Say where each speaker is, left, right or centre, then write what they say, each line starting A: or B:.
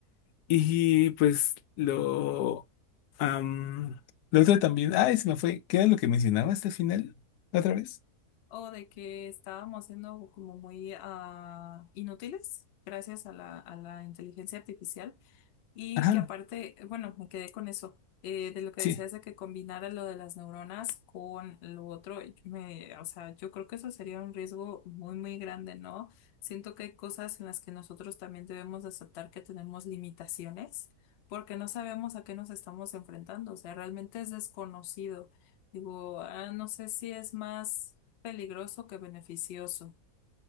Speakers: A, on the left; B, on the left.
A: Y pues lo, am, lo otro también, ay, se me fue, ¿qué era lo que mencionabas al final? ¿Otra vez?
B: O de que estábamos siendo como muy ah, inútiles gracias a la, a la inteligencia artificial. Y
A: Ajá,
B: que aparte, bueno, me quedé con eso, eh, de lo que
A: sí.
B: decías de que combinara lo de las neuronas con lo otro, y me, o sea, yo creo que eso sería un riesgo muy, muy grande, ¿no? Siento que hay cosas en las que nosotros también debemos de aceptar que tenemos limitaciones, porque no sabemos a qué nos estamos enfrentando, o sea, realmente es desconocido. Digo, ah, no sé si es más peligroso que beneficioso.